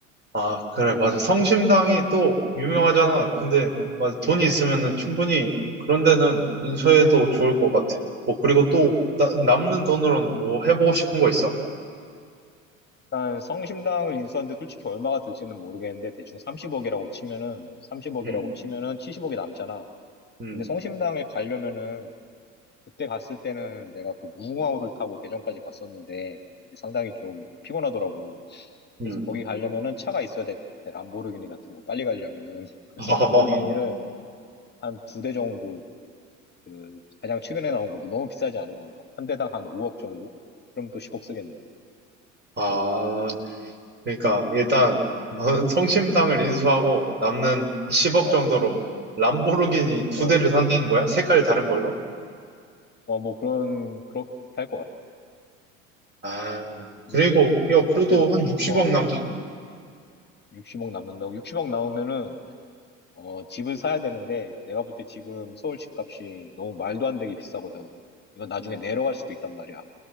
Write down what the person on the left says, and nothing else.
일단 성심당을 인수하는데 솔직히 얼마가 들지는 모르겠는데 대충 30억이라고 치면은 30억이라고
치면은 70억이 남잖아.
근데 성심당에 가려면은 그때 갔을 때는 내가 그 무궁화호를 타고 대전까지 갔었는데 이게 상당히 좀 피곤하더라고.
그래서 거기 가려면은 차가 있어야 돼. 람보르기니 같은 거 빨리 가려면은 <laughs> 그래서
람보르기니를 한 두 대 정도 그 가장 최근에 나온 걸로 너무 비싸지 않은 걸로 한 대당 한 5억 정도? 그럼 또 10억 쓰겠네.
어,
어,
어, 뭐 그런 그렇게 할 것 같아.
이제
어때?
어,
60억 남는다고? 60억 나오면은 어, 집을 사야 되는데 내가 볼 때 지금 서울 집값이 너무 말도 안 되게 비싸거든. 이건 나중에
내려갈 수도 있단 말이야.